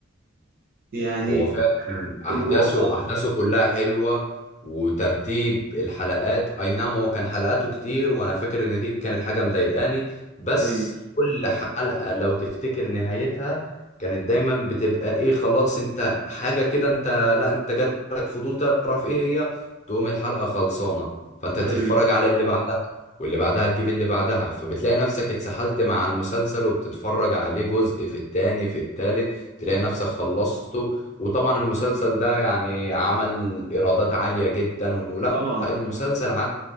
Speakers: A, on the right; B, on the left.
A: يعني
B: هو فعلا احداثه
A: الوضع
B: احداثه كلها حلوه وترتيب الحلقات اي نعم هو كان حلقاته كتير وانا فاكر ان دي كانت حاجه مضايقاني بس
A: ايوه
B: كل حلقه لو تفتكر نهايتها كانت دايما بتبقى ايه خلاص انت حاجه كده انت لا انت جالك فضول تعرف ايه هي تقوم الحلقه خلصانه فانت
A: ايوه
B: تتفرج على اللي بعدها واللي بعدها تجيب اللي بعدها فبتلاقي نفسك اتسحلت مع المسلسل وبتتفرج عليه جزء في التاني في التالت تلاقي نفسك خلصته وطبعا المسلسل ده يعني عمل ايرادات عالية جدا ولا
A: طبعا
B: المسلسل عاد